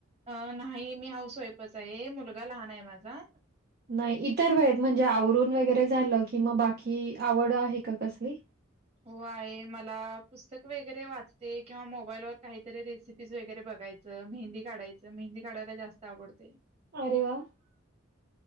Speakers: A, on the right (about 30°); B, on the right (about 50°).
A: अं नाही मी हाऊस वाईफच आहे मुलगा लहान आहे माझा
B: नाही इतर वेळेत म्हणजे, आवरून वगैरे झालं कि म बाकी आवड आहे का कसली?
A: हो आहे, मला पुस्तक वगैरे वाचते किंवा मोबाईल व काहीतरी रेसिपीज वगैरे बघ जायच मेंदी काढायचं, मेहंदी काढायला जास्त आवडतेय.
B: अरे वा